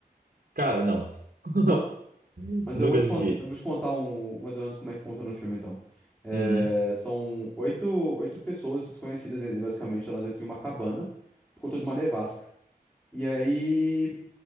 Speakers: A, on the right; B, in the centre.
A: Cara, não. <laughs>
B: Não? Mas
A: Nunca
B: eu vou te,
A: assisti.
B: con- eu vou te contar um, mais ou menos como é que funciona o filme, então. É,
A: Uhum.
B: são oito, oito pessoas desconhecidas, e basicamente, elas entram em uma cabana por conta de uma nevasca. E aí,